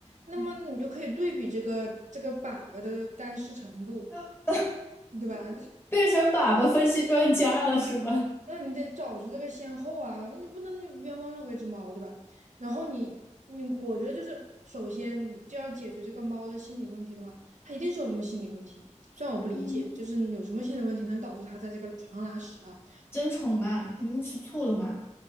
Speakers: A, on the right; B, on the left.
A: 那么你就可以对比这个这个粑粑的干湿程度，
B: 嗯那
A: 对吧？
B: 变成粑粑分析专家了是吧？
A: 那你得找出这个先后啊，你不能冤枉任何一只猫，对吧？然后你你，我觉得就是首先就要解决这个猫的心理问题的话，它一定是有什么心理问题。虽然我不理解，
B: 嗯
A: 就是有什么心理问题能导致它在这个床上拉屎啊？
B: <laughs> 争宠嘛，肯定吃醋了嘛。